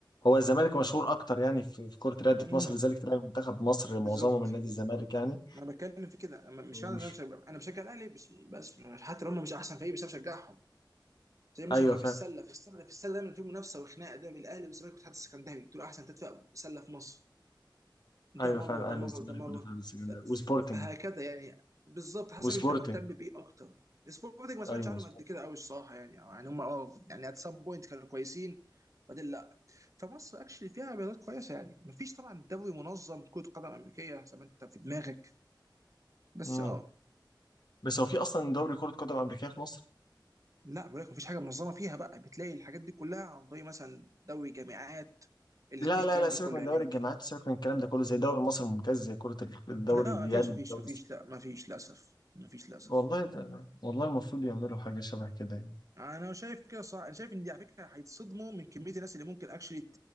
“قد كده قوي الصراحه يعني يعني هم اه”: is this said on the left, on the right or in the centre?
Right